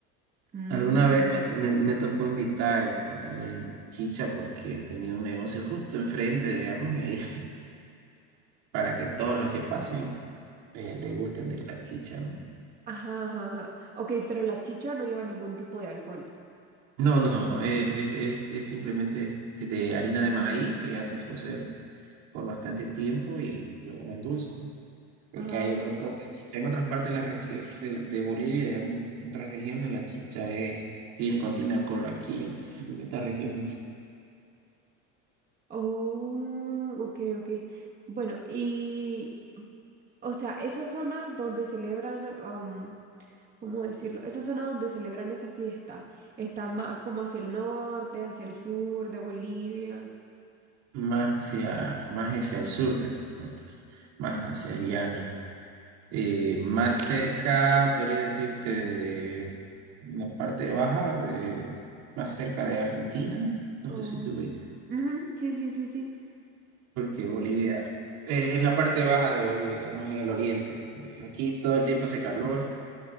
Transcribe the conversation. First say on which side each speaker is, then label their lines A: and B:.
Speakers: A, on the right; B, on the right.
A: Mm.
B: Alguna vez me, me- me tocó invitar este, también chicha porque tenía un negocio justo enfrente, digamos, y <laughs> para que todos los que pasen eh, le gusten de la chicha, ¿no?
A: Ajá, ajá, ajá. Ok, pero la chicha no lleva ningún tipo de alcohol.
B: No, no, eh, es, es, es simplemente es- es de harina de maíz que haces cocer por bastante tiempo y luego la endulzas, ¿no? Porque
A: Ah,
B: hay otro- otra chicha en otras partes de, la regi- de, la- de Bolivia, en otras regiones, la chicha es, tiene, contiene alcohol. Aquí en, en esta región,
A: oh, ok, ok. Bueno, y, o sea, esa zona donde celebran, am, ¿cómo decirlo? Esa zona donde celebran esa fiesta está más como hacia el norte, hacia el sur de Bolivia.
B: más hacia, más hacia el sur, te cuento, más hacia el llano. eh, más cerca, podría decirte, de la parte baja, de, más cerca de Argentina, no
A: Oh.
B: sé si te ubicas,
A: ujú, sí, sí, sí, sí.
B: porque Bolivia es, es la parte baja de Bolivia, más en el oriente. Aquí todo el tiempo hace calor,